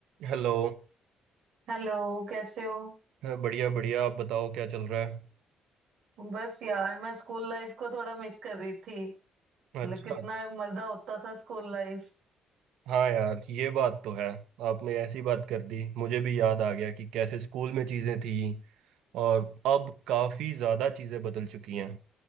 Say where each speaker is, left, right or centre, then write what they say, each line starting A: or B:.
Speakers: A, on the right; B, on the right.
A: Hello
B: Hello कैसे हो
A: हाँ, बढ़िया बढ़िया आप बताओ क्या चल रहा है
B: बस यार मैं स्कूल लाइफ को थोड़ा मिस कर रही थी
A: अच्छा
B: मतलब कितना मजा होता था स्कूल लाइफ
A: हाँ यार ये बात तो है आपने ऐसी बात कर दी मुझे भी याद आ गया कि कैसे स्कूल में चीज़ें थी और अब काफ़ी ज़्यादा चीज़ें बदल चुकी हैं